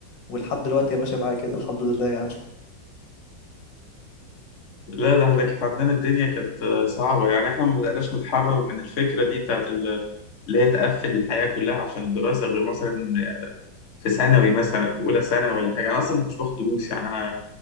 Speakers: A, on the left (about 75°); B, on the left (about 45°).
A: ولحد دلوقتي هي ماشية معايا كده الحمد لله يعني
B: لا ده احنا كانت عندنا الدنيا كانت آه، صعبة يعني احنا ما بدأناش نتحرر من الفكرة دي بتاعت ال- اللي هي تقفل الحياة كلها عشان الدراسة غير مثلا في ثانوي مثلا في أولى ثانوي ولا حاجة أنا أصلا ما كنتش باخد دروس يعني أنا